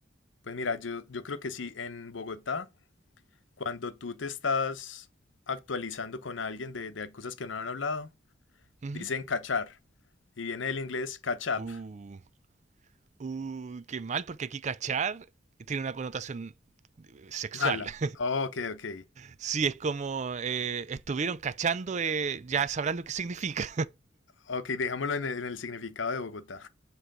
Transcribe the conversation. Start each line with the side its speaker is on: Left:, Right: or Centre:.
Left: pues mira, yo, yo creo que sí, en Bogotá, cuando tú te estás actualizando con alguien de, de cosas que no han hablado,
Right: Ujú.
Left: dicen cachar. Y viene del inglés catch up,
Right: Uh, uh, qué mal, porque aquí cachar tiene una connotación eh, sexual.
Left: mala.
Right: <laughs>
Left: Ok, ok.
Right: Sí, es como eh, estuvieron cachando, eh, ya sabrás lo que significa.
Left: Ok, dejámoslo en el, en el significado de Bogotá.